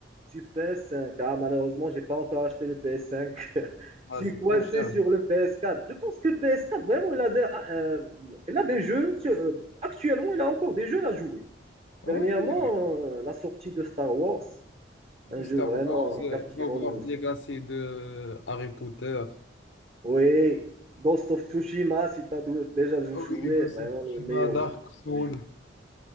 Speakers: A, on the right; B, on the left.
A: sur PS5? Ah, malheureusement, j'ai pas encore acheté le PS5. <laughs>
B: Ah,
A: Je suis
B: c'est
A: coincé
B: trop cher.
A: sur le PS4. Je pense que PS4, vraiment, il a des, ah, euh, il a des jeux. sur- euh, Actuellement, il a encore des jeux à jouer. Dernièrement,
B: Oui,
A: euh, la sortie de Star Wars,
B: oui.
A: un jeu
B: Star
A: vraiment
B: Wars, euh,
A: captivant.
B: Hogwarts
A: le-
B: Legacy de Harry Potter.
A: Oui, Ghost of Tsushima, si tu as déjà joué,
B: Oui, Ghost
A: vraiment
B: of
A: le
B: Tsushima,
A: meilleur
B: Dark
A: jeu que j'ai
B: Souls.
A: jamais joué.